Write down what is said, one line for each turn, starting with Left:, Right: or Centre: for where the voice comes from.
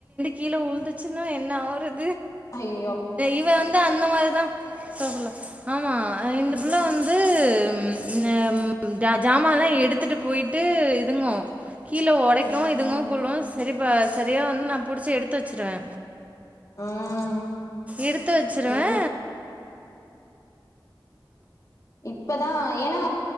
Right: கீழே உழுந்துச்சின்னா என்ன ஆவுறது
Left: ஐ
Right: இவ வந்து அந்த மாரிதா அஸ்தப்ருல்லா ஆமா இந்த பிள்ள வந்து ம் சாமான்லா எடுத்துட்டு போயிட்டு இதுங்கு கீழே உடைக்குவு
Left: ம்
Right: இதுங்கவு குள்ளு சரிப்பா சரியா வந்து நா புடிச்சி எடுத்து வச்சுடுவே
Left: ம்
Right: எடுத்து வச்சுடுவே
Left: இப்பதா ஏன்னா